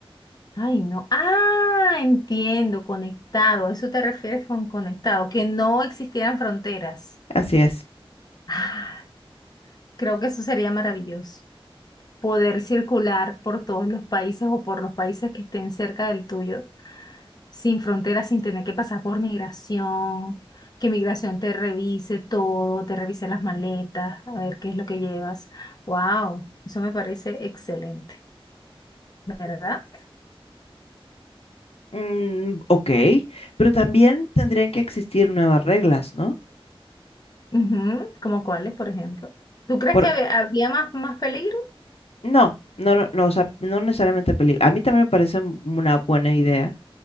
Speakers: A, on the left; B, on the left.
A: Ay, no. Ah, entiendo. Conectado. ¿A eso te refieres con conectado? Que no existieran fronteras.
B: Así es.
A: Ah, Creo que eso sería maravilloso. poder circular por todos los países o por los países que estén cerca del tuyo, sin fronteras, sin tener que pasar por migración, que migración te revise todo, te revise las maletas, a ver qué es lo que llevas. Wow, eso me parece excelente, ¿verdad?
B: Mm, ok, pero también tendrían que existir nuevas reglas, ¿no?
A: Ujú, Como cuáles, por ejemplo. ¿Tú crees
B: Por,
A: que habe- habría más, más peligro?
B: no, no, no, no, o sea, no necesariamente película. A mí también me parece m- una buena idea,